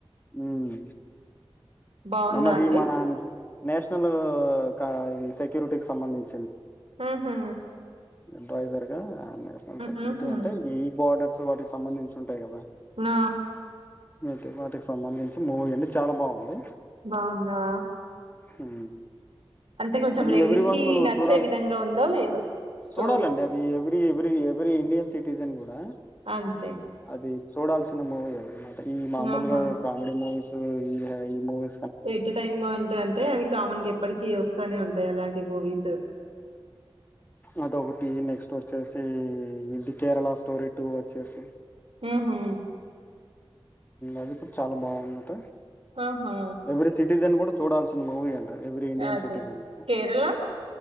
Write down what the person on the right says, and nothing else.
బావుందా
అండి?
ఆహా
హుహు.
ఆ
బావుందా
అంటే కొంచెం
లేడీస్
కి నచ్చే
విధంగా ఉందో లేదో స్టోరీ?
అంతే.
ఆహా!
ఎంటర్టైంనెంట్ అంటే అవి కామన్ గా ఎప్పటికి వస్తానే ఉంటాయి. అలాంటి మూవీస్.
ఆహ
ఆహా!
అది.
కేరళ?